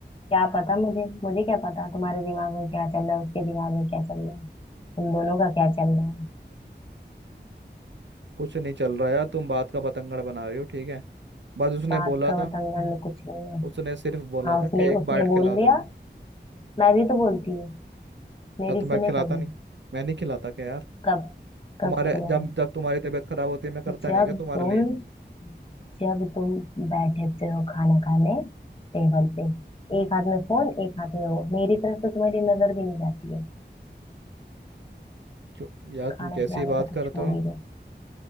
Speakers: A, on the left; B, on the right.
A: क्या पता मुझे मुझे क्या पता तुम्हारे दिमाग में क्या चल रहा है उसके दिमाग में क्या चल रहा है तुम दोनों का क्या चल रहा है
B: कुछ नहीं चल रहा यार तुम बात का बतंगड़ बना रही हो ठीक है बस उसने
A: बात
B: बोला
A: का
B: था
A: बतंगड़ में कुछ नहीं है
B: उसने सिर्फ बोला
A: हाँ
B: था
A: उसने
B: कि एक
A: उसने
B: बाइट खिला
A: बोल दिया
B: दो
A: मैं भी तो बोलती हूँ मेरी
B: या तो मैं
A: सुने
B: खिलाता
A: कभी
B: नहीं मैं नहीं खिलाता क्या यार
A: कब
B: तुम्हारे
A: कब खिलाए
B: जब जब तुम्हारी तबीयत खराब होती है मैं करता
A: जब
B: नहीं क्या तुम्हारे
A: तुम
B: लिए
A: जब तुम बैठते हो खाना खाने टेबल पे एक हाथ में फोन एक हाथ में वो मेरी तरफ से तुम्हारी नजर भी नहीं जाती है
B: क्यों यार
A: खाना
B: तुम कैसी
A: खिलाने
B: बात
A: का तो
B: करते
A: छोड़
B: हो
A: ही दो